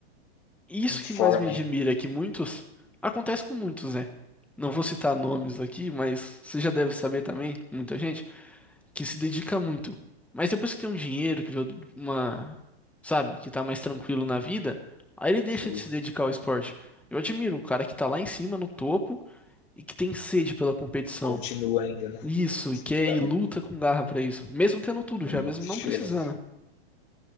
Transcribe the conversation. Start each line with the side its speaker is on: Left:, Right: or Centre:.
Centre: Isso
Left: Em forma
Centre: que mais me admira
Left: ainda.
Centre: é que muitos, acontece com muitos, né? Não vou citar nomes aqui, mas você já deve saber também, muita gente. que se dedica muito. Mas depois que tem um dinheiro, que vê uma, sabe, que tá mais tranquilo na vida, aí ele deixa
Left: ele
Centre: de se dedicar ao esporte. Eu admiro o cara que tá lá em cima, no topo, e que tem sede pela competição.
Left: continua ainda, né?
Centre: Isso, e quer
Left: Tá
Centre: e
Left: vendo?
Centre: luta com garra pra isso, mesmo tendo tudo
Left: É
Centre: já,
Left: muito
Centre: mesmo
Left: diferente.
Centre: não precisando.